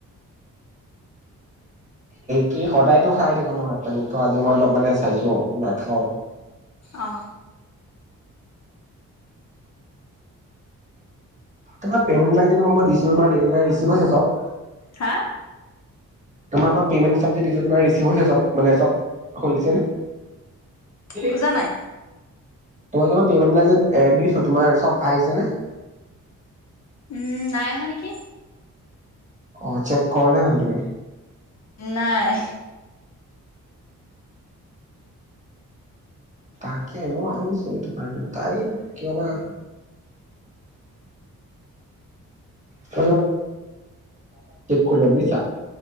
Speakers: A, on the right; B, on the left.
A: কি সদায়তো খাই থাকো ন ভাত -, তো আজি মই অলপ মানে চাইছো নাখাও।
B: অ!
A: তোমাৰ পেমেণ্ট বিলাগ যে তোমাক মই দিছিলোঁ, তোমাৰ পেমেণ্ট বিলাগ ৰেচিভদ হৈছে চব?
B: হা?
A: তোমাৰ মই পেমেণ্ট চব যে দিছো? তোমাৰ ৰিচিভ হৈছে চব মানে চব? হৈছে নে?
B: বুজা নাই?
A: তোমাক যে মই পেমেন্ত বিলাগ দিছোঁ, তোমাৰ চব আহিছেনে।
B: উম! নাই অহা নেকি?
A: অ! চেক কৰা নাই মানে তুমি?
B: নাই।
A: তাকে মই ভাবিছোঁ সেইটো কাৰনে, তাই কিয় বা? চাবা চেক কৰিবা, বুজিছা?